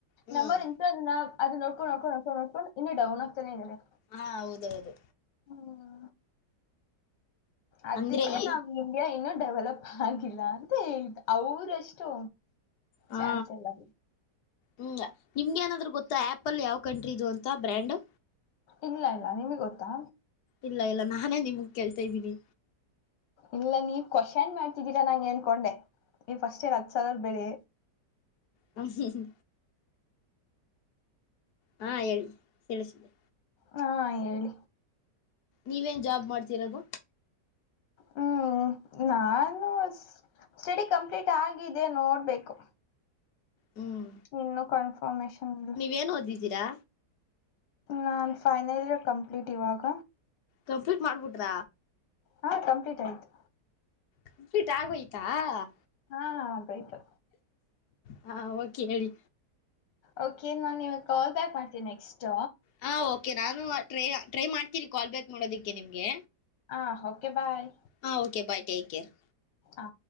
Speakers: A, on the left (about 65°); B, on the left (about 80°).
A: ಹ್ಮ್
B: ನಮ್ಮ ದನ್ನ ಅದು ನೋಡ್ಕೊಂಡ ನಡ್ಕೊಂಡ ನಡ್ಕೊಂಡು ನೋಕೊಂಡು ಇನ್ನು ಡೌನ್ ಆಗ್ತಾನೇ ಇದ್ದಾರೆ
A: ಹಾ ಹೌದೌದು
B: ಹ್ಮ ಅದಕ್ಕೆ
A: ಅಂದ್ರೆ ಈ
B: ನಾ ಇಂಡಿಯಾ ಇನ್ನು ಡೆವಲಪ್ ಆಗಿಲ್ಲ ಅಂತ ಹೇಳ್ತ ಅವ್ರಷ್ಟು
A: ಹಾ
B: ಚಾನ್ಸ್ ಎಲ್ಲ
A: ಹ್ಞ ನಿಮ್ಗೆ ಏನಾದ್ರೂ ಗೊತ್ತಾ ಆ್ಯಪಲ್ ಯಾವ ಕಂಟ್ರಿ ದು ಅಂತ ಬ್ರ್ಯಾಂಡು
B: ಇಲ್ಲ ಇಲ್ಲ ನಿಮ್ಗೆ ಗೊತ್ತಾ
A: ಇಲ್ಲ ಇಲ್ಲ ನಾನೇ ನಿಮಗ್ ಕೇಳ್ತಾ ಇದ್ದೀನಿ
B: ಇಲ್ಲ ನೀವ್ ಕೋಶನ್ ಮಾಡ್ತಿದ್ದೀರಾ ನನಗೆ ಅನ್ಕೊಂಡೆ ನೀವ್ ಫಸ್ಟ್ ಏರ್ ಹತ್ ಸಾವಿರ ಬೆರೇ
A: ಹೂ ಹೂ ಹಾ ಹೇಳಿ ಕೇಳಿಸಿದೆ
B: ಹಾ -ಹೇಳಿ
A: ನೀವೇನ್ ಜಾಬ್ ಮಾಡ್ತಿರೋದು
B: ಹ್ಮ್ ನಾನು ಸ್ಟಡಿ ಕಂಪ್ಲೀಟ್ ಆಗಿದೆ ನೋಡ್ಬೇಕು
A: ಹ್ಮ್
B: ಇನ್ನು ಕ <unintelligible>
A: ನೀವೇನ್ ಓದಿದ್ದೀರಾ
B: ನಾನು ಫೈನಲ್ ಇಯರ್ ಕಂಪ್ಲೀಟ್ ಇವಾಗ
A: ಕಂಪ್ಲೀಟ್ ಮಾಡ್ಬಿಟ್ರಾ
B: ಹಾ- ಕಂಪ್ಲೀಟ್ ಆಯ್ತು
A: ಕಂಪ್ಲೀಟ್ ಆಗೋಯ್ತಾ-
B: ಹಾ ಹಾ ಆಗೋಯ್ತು
A: ಹ- ಓಕೆ ಹೇಳಿ
B: ಓಕೆ ನಾನ್ ಇವಗ್ ಕಾಲ್ ಬ್ಯಾಕ್ ಮಾಡ್ತೀನಿ ನೆಕ್ಸ್ಟ್
A: ಹಾ ಓಕೆ ನಾನು ಟ್ರೈ ಟ್ರೈ ಮಾಡ್ತೀನಿ ಕಾಲ್ ಬ್ಯಾಕ್ ಮಾಡೋದಿಕ್ಕೆ ನಿಮ್ಗೆ
B: ಹಾ- ಓಕೆ ಬಾಯ್
A: ಹಾ-ಓಕೆ ಬಾಯ್ ಟೇಕ್ ಕೇರ್ರ್
B: ಹಾ